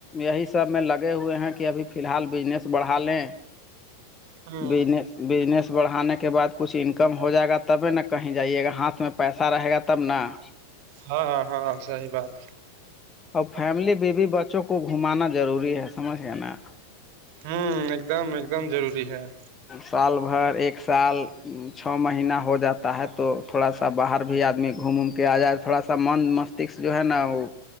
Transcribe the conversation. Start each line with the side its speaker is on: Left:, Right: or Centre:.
Left: یہی سب میں لگے ہوئے ہیں کہ ابھی فی الحال بجنس بڑھا لیں
Right: ہاں
Left: بزنس بزنس بڑھانے کے بعد کچھ انکم ہو جائے گا تبھی ن کہیں جائیے گا ہاتھ میں پیسہ رہے گا تب ن-
Right: ہاں- ہاں صحیح بات
Left: اب فیملی بی بی بچوں کو گھمانا ضروری ہے سمجھ لینا -
Right: ہوں ایک دم ایک دم ضروری ہے -
Left: سال بھر ایک سال- چ مہینہ ہو جاتا ہے تو تھوڑا سا باہر بھی ادمی گھوم کے ا جائے تھوڑا سا منند جو ہے نا وہ